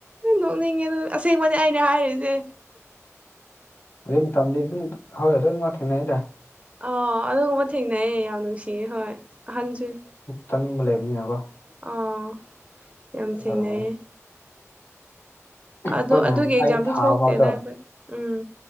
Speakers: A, on the right; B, on the left.
A: ꯅꫭꯛꯅꯤꯡꯉꯦ ꯑꯁꯦꯡꯕꯅꯦ ꯑꯩꯅ ꯍꯥꯏꯔꯤꯁꯦ
B: ꯑꯗꯨ ꯇꯝꯕꯤ ꯑꯗꯨ ꯍꯣꯏ ꯑꯗꯨꯟ <unintelligible> ꯊꯦꯡꯅꯩꯗꯥ
A: ꯑ ꯑꯗꯨꯒꯨꯝꯕ ꯊꯦꯡꯅꯩꯌꯦ ꯌꯥꯝ ꯅꯨꯡꯁꯤꯌꯦ ꯍꯣꯏ ꯑꯍꯟꯁꯨ
B: ꯆꯥꯅꯤꯡꯕ ꯂꯩꯕꯅꯤꯅꯀꯣ
A: ꯑꯥ ꯌꯥꯝ ꯊꯦꯡꯅꯩꯌꯦ
B: ꯇꯧꯔꯝꯒꯅꯤ ꯑꯩꯈꯣꯏ
A: ꯑꯗꯨ
B: ꯅꯍꯥꯟ
A: ꯑꯗꯨꯒꯤ ꯑꯦꯛꯖꯥꯝꯗꯣ
B: ꯑꯩ ꯊꯥꯕ
A: ꯊꯣꯛꯇꯦꯗ
B: ꯐꯥꯎꯗꯣ
A: ꯑꯩꯈꯣꯏ ꯎꯝ